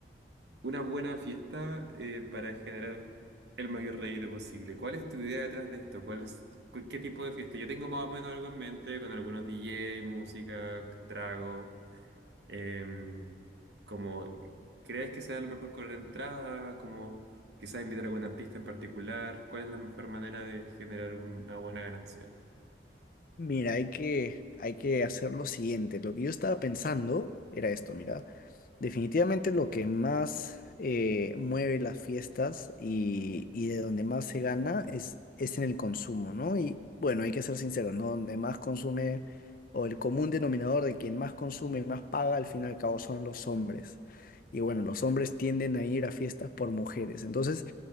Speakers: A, on the right; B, on the left.
A: Una buena fiesta eh, para generar el mayor rédito posible. ¿Cuál es tu idea detrás de esto? ¿Cuál es, cu- qué tipo de fiesta? Yo tengo más o menos algo en mente con algunos DJ, música, trago. em, como, ¿crees que sea lo mejor con la entrada? Como quizás invitar a algún artista en particular. ¿Cuál es la mejor manera de generar una buena ganancia?
B: Mira, hay que, hay que hacer lo siguiente. Lo que yo estaba pensando era esto, mira. Definitivamente lo que más eh, mueve las fiestas y, y de donde más se gana es, es en el consumo, ¿no? Y bueno, hay que ser sinceros, ¿no? Donde más consume o el común denominador de quien más consume y más paga, al fin y al cabo son los hombres. Y bueno, los hombres tienden a ir a fiestas por mujeres. Entonces,